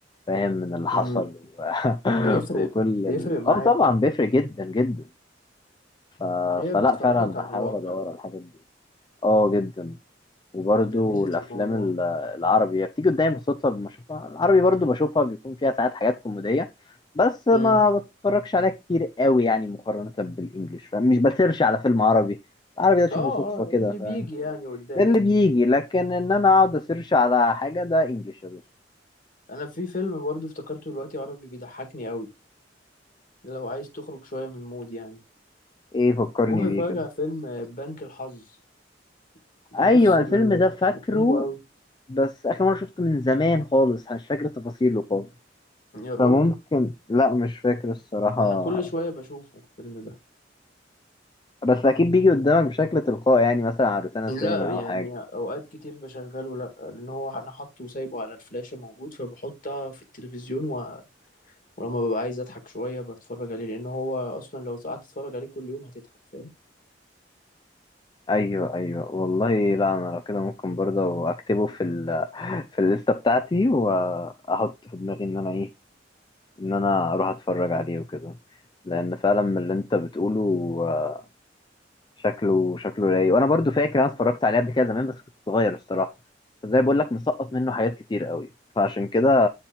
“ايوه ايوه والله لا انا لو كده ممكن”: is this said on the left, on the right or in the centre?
Left